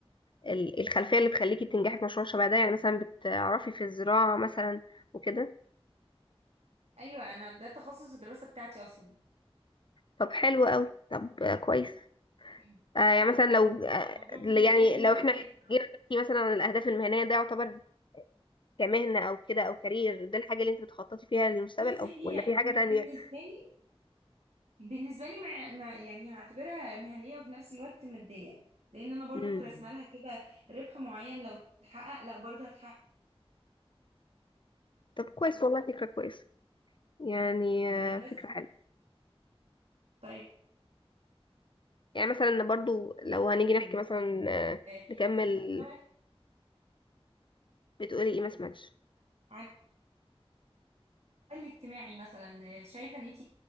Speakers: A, on the left; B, on the right.
A: ال- الخلفية اللي تخليكي تنجحي في مشروع شبه ده يعني مثلا بتعرفي في الزراعة مثلا وكده
B: ايوه انا ده تخصص الدراسة بتاعتي اصلا
A: طب حلو أوي طب آه، كويس
B: فبس
A: آه، يعني مثلا لو آه،
B: الموضوع بالنسبه
A: يعني
B: لي
A: لو
B: نفسي
A: احنا جينا نحكي مثلا عن الأهداف المهنية ده يعتبر كمهنة أو كده أو كارير ده الحاجة اللي أنت بتخططي فيها للمستقبل
B: بصي
A: أو
B: هي
A: ولا في حاجة
B: بالنسبه
A: تانية؟
B: لي بالنسبه لي مع... مع يعني هعتبرها مهنيه وفي نفس الوقت ماديه لان انا برضو
A: مم.
B: راسمه لها كده ربح معين لو اتحقق لا برضو هتحقق
A: طب كويس والله فكرة كويسة يعني آه،
B: آه، بس
A: فكرة حلوة
B: طيب
A: يعني مثلا برضو لو هنيجي نحكي مثلا آه،
B: آه،
A: نكمل
B: للمستوى
A: بتقولي ايه ما سمعتش
B: على المستوى الاجتماعي مثلا آه، شايفه ان انت